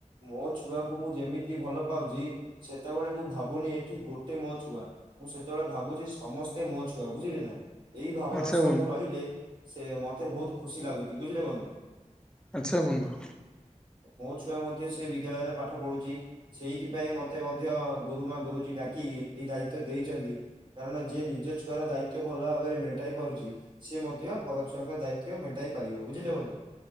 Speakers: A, on the right; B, in the centre.
A: ମୋ ଛୁଆ କୁ ମୁଁ ଯେମିତି ଭଲ ପାଉଚି, ସେତେବେଳେ ମୁଁ ଭାବୁନି ଏଠି ଗୋଟେ ମୋ ଛୁଆ। ମୁଁ ସେତେବେଳେ ଭାବୁଛି ସମସ୍ତେ ମୋ ଛୁଆ ବୁଝିଲେ ନା ଏଇ ଭାବନା
B: ଆଚ୍ଛା
A: ସହ
B: ବନ୍ଧୁ
A: ମୁଁ ରହିଲେ ସେ ମତେ ବହୁତ ଖୁସି ଲାଗୁଛି ବୁଝିଲେ ବନ୍ଧୁ
B: ଆଚ୍ଛା ବନ୍ଧୁ
A: ମୋ ଛୁଆ ମଧ୍ୟ ସେଇ ବିଦ୍ୟାଳୟରେ ପାଠ ପଢୁଛି ସେଇଥିପାଇଁ ମତେ ମଧ୍ୟ ଗୁରୁମା ଗୁରୁଜୀ ଡାକିକି ଏଇ ଦାୟିତ୍ୱ ଦେଇଛନ୍ତି କାରଣ ଯିଏ ନିଜ ଛୁଆର ଦାୟିତ୍ବ ଭଲ ଭାବରେ ମେଣ୍ଟାଇ ପାରୁଛି। ସି ମଧ୍ୟ ପରଛୁଆଙ୍କ ଦାୟିତ୍ୱ ମେଣ୍ଟାଇ ପାରିବ ବୁଝିଲେ ବନ୍ଧୁ।